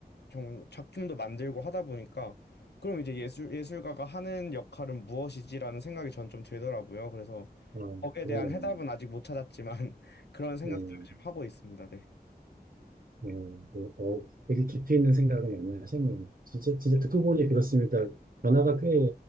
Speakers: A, on the left (about 85°); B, on the right (about 60°).
A: 좀 작품도 만들고 하다 보니까 그럼 이제 예술 예술가가 하는 역할은 무엇이지라는 생각이 전 좀 들더라고요. 그래서
B: 아,
A: 거기에
B: 그러네요.
A: 대한 해답은 아직 못 찾았지만 <laughs> 그런 생각도
B: 네,
A: 지금 하고 있습니다. 네.
B: 네, 뭐, 어, 되게 깊이 있는 생각을 많이 하셨네요. 진짜, 진짜 듣고 보니 그렇습니다. 변화가 꽤